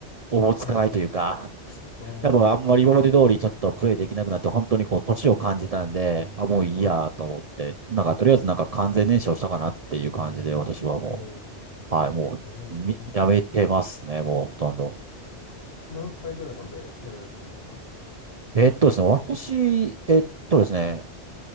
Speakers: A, on the right (about 50°); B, on the left (about 60°).
A: おぼつかないというか、
B: はい。
A: <laughs>
B: あ
A: やっぱあんまり今まで通りちょっとプレイできなくなって、本当にこう、年を感じたんで、あ、もういいやと思って、
B: はい。
A: なんかとりあえずなんか完全燃焼したかなっていう感じで、私はも
B: おー、
A: う、はい、もう、
B: ええ、
A: みやめてますね、もうほとんど。
B: 何歳ぐらいまでやられてたんですか
A: えっとですね、私、えっとですね、